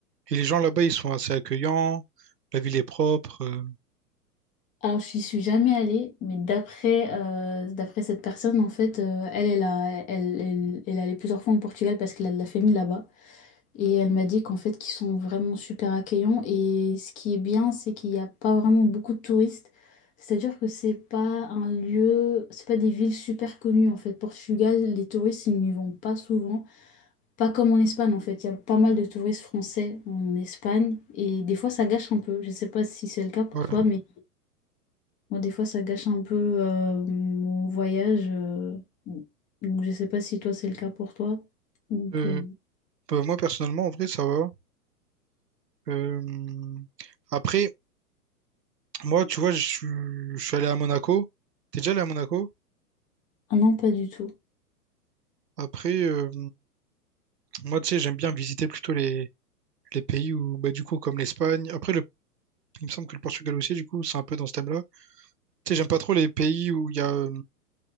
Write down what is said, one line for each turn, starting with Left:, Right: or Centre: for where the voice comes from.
Right: les gens là-bas, ils sont assez accueillants, la ville est propre. euh,
Left: Alors, je n'y suis jamais allée, mais d'après euh, d'après cette personne, en fait, euh, elle, elle, a- elle, elle, elle est allée plusieurs fois en Portugal parce qu'elle a de la famille là-bas. Et elle m'a dit qu'en fait, qu'ils sont vraiment super accueillants. Et ce qui est bien, c'est qu'il n'y a pas vraiment beaucoup de touristes. C'est-à-dire que c'est pas un lieu, c'est pas des villes super connues en fait. Portugal, les touristes, ils n'y vont pas souvent. Pas comme en Espagne en fait. Il y a pas mal de touristes français en Espagne. Et des fois, ça gâche un peu. Je sais pas si c'est le cas pour
Right: ouais.
Left: toi, mais moi, des fois, ça gâche un peu euh, mon voyage. euh. Donc, je sais pas si toi, c'est le cas pour toi. Donc,
Right: Euh,
Left: euh,
Right: bah, moi, personnellement, en vrai, ça va. Euh, Après, moi, tu vois, je suis je suis allé à Monaco. T'es déjà allé à Monaco?
Left: ah non, pas du tout.
Right: Après, euh, moi, tu sais, j'aime bien visiter plutôt les, les pays où, bah, du coup, comme l'Espagne. Après, le, il me semble que le Portugal aussi, du coup, c'est un peu dans ce thème-là. Tu sais, j'aime pas trop les pays où il y a euh,